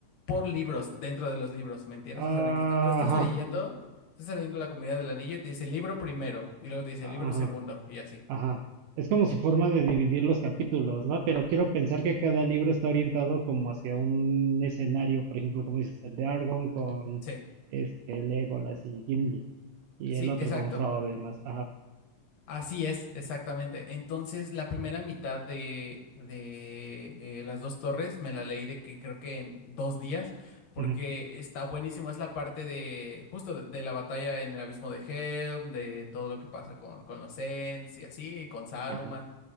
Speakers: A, on the left (about 70°); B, on the right (about 85°).
A: por libros dentro de los libros, ¿me entiendes?
B: ajá,
A: O sea, de que estás- tú estás leyendo Estás saliendo de la comunidad del anillo y te dice libro primero, y luego te dice
B: ajá,
A: libro segundo, y así.
B: Ajá. Es como su
A: En-
B: forma de dividir los capítulos, ¿no? Pero quiero pensar que cada libro está orientado como hacia un escenario, por ejemplo, como dices, el de Argon con
A: sí,
B: este Legolas y Gimli, y
A: sí,
B: el otro
A: exacto.
B: con Frodo y demás. Ajá.
A: Así es, exactamente. Entonces, la primera mitad de, de eh, Las Dos Torres me la leí de que creo que en dos días, porque
B: ujú,
A: está buenísimo. Es la parte de, justo de, de la batalla en el abismo de Helm, de todo lo que pasa con, con los Ents y así, y con Saruman.
B: Ajá.